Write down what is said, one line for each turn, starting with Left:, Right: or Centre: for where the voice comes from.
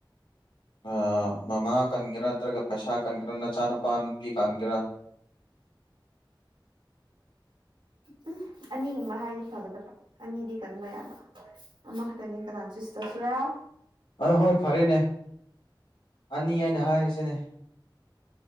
Left: ꯑꯥ ꯃꯃꯥ ꯀꯟꯒꯦꯔꯥ ꯅꯠꯇ꯭ꯔꯒ ꯄꯩꯁꯥ ꯀꯟꯒꯦꯔꯥ ꯅꯆꯥꯅꯨꯄꯥ ꯅꯨꯄꯤ ꯀꯟꯒꯦꯔꯥ <inaudible>
Right: ꯎꯝ ꯑꯅꯤꯒꯨꯝꯕ ꯍꯥꯏꯗꯤ ꯐꯒꯗꯕ ꯑꯅꯤꯗꯤ ꯀꯟꯕ ꯌꯥꯗꯕ ꯑꯃꯈꯛꯇꯅꯤ ꯀꯅꯥ ꯆꯨꯁ ꯇꯧ ꯁꯨꯔꯦ
Left: ꯑꯗꯣ ꯍꯣꯏ ꯐꯔꯦꯅꯦ ꯑꯅꯤ ꯍꯥꯏꯅ ꯍꯥꯏꯔꯤꯁꯤꯅꯦ